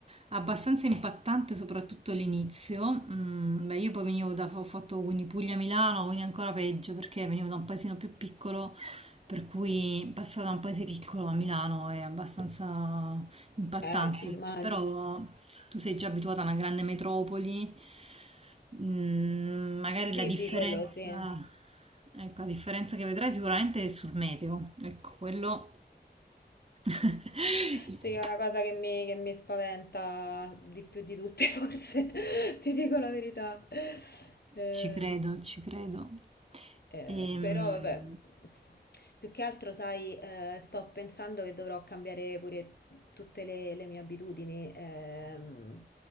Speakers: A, on the right; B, on the left.
A: abbastanza impattante, soprattutto all'inizio. Mm, beh, io poi venivo da, ho fatto quindi Puglia-Milano, quindi ancora peggio perché venivo da un paesino più piccolo, per cui passare da un paese piccolo a Milano è abbastanza impattante,
B: Eh, immagino.
A: però tu sei già abituata a una grande metropoli, mm, magari
B: Sì,
A: la differenza,
B: sì, quello sì.
A: ecco, la differenza che vedrai sicuramente è sul meteo, ecco, quello <laughs>
B: Sì, è una cosa che mi, che mi spaventa di più di tutte, <laughs> forse, ti dico la verità. Eh,
A: ci credo, ci credo.
B: eh,
A: Ehm,
B: però, vabbè, più che altro, sai, eh, sto pensando che dovrò cambiare pure tutte le, le mie abitudini, ehm,